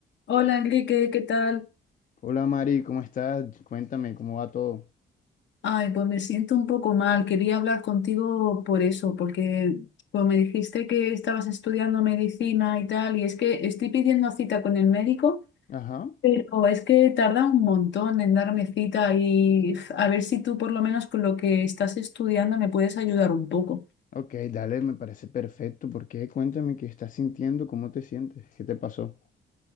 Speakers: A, on the left; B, on the left.
A: Hola Enrique, ¿qué tal?
B: Hola Mari, ¿cómo estás? Cuéntame, ¿cómo va todo?
A: Ay, pues me siento un poco mal. Quería hablar contigo por eso, porque pues me dijiste que estabas estudiando medicina y tal, y es que estoy pidiendo cita con el médico,
B: Ajá.
A: pero es que tarda un montón en darme cita y uf, a ver si tú por lo menos con lo que estás estudiando me puedes ayudar un poco.
B: Ok, dale, me parece perfecto. ¿Por qué? Cuéntame qué estás sintiendo, cómo te sientes, qué te pasó.